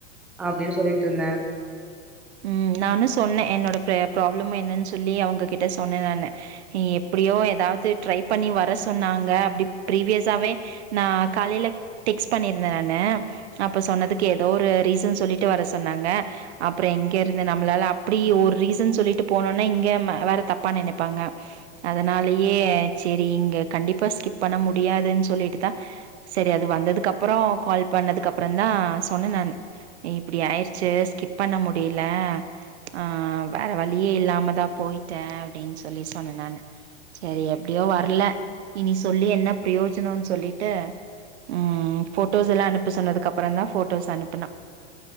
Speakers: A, in the centre; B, on the right.
A: அப்டின்னு சொல்லிட்டு இருந்த
B: ம் நானு சொன்ன என்னோட ப்ராப்ளம் என்னன்னு சொல்லி அவங்ககிட்ட சொன்ன நானு நீ எப்டியோ ஏதாவது ட்ரை பண்ணி வர சொன்னாங்க அப்டி ப்ரீவியஸாவே நா காலையில டெக்ஸ்ட் பண்ணிருந்த நானு அப்ப சொன்னதுக்கு ஏதோ ஒரு ரீசன் சொல்லிட்டு வர சொன்னாங்க அப்பற எங்க இருது நம்மளால அப்டி ஒரு ரீசன் சொல்லிட்டு போனோனா இங்க வேற தப்பா நினைப்பாங்க அதனாலயே சரி இங்க கண்டிப்பாக ஸ்கிப் பண்ண முடியாதுன்னு சொல்லிட்டு தா சரி அது வந்ததுக்குப்பற கால் பண்ணதுக்கு அப்பற தா சொன்ன நான்னு இப்டி ஆயிறுச்சு ஸ்கிப் பண்ண முடில ஆஹ் வேற வழியே இல்லாமதா போயிட்ட அப்டின்னு சொல்லி சொன்ன நான்னு சேரி அப்டியோ வரல இனி சொல்லி என்ன பிரயோஜனனு சொல்லிட்டு ம் போட்டோஸ் எல்லா அனுப்ப சொன்னதுக்கு அப்பற தா போட்டோஸ் அனுப்புனா